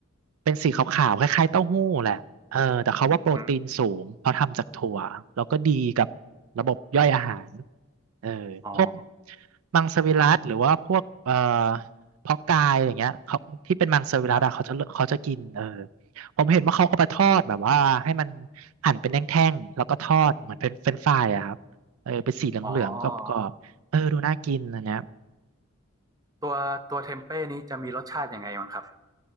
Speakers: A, on the right; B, on the right.
A: เป็นสีขาวๆคล้ายๆเต้าหู้แหละเออแต่เขาว่าโปรตีนสูงเพราะทำจากถั่วแล้วก็ดีกับ
B: อืม
A: ระบบย่อยอาหาร เออพวก
B: อ๋อ
A: มังสวิรัติหรือว่าพวกเอ่อเพาะกายอย่างเงี้ยเขาที่เป็นมังสวิรัติอะเขาจะเขาจะกินเออ
B: ครับ
A: ผมเห็นว่าเขาเอาไปทอดแบบว่าให้มันหั่นเป็นแท่งๆแล้วก็ทอดเหมือนเป็นเฟรนช์ฟรายอะครับเออเป็นสีเหลืองๆกรอบๆเออดูน่ากินอันเนี้ย
B: อ๋อตัวตัวเทมเป้นี้จะมีรสชาติยังไงบ้างครับ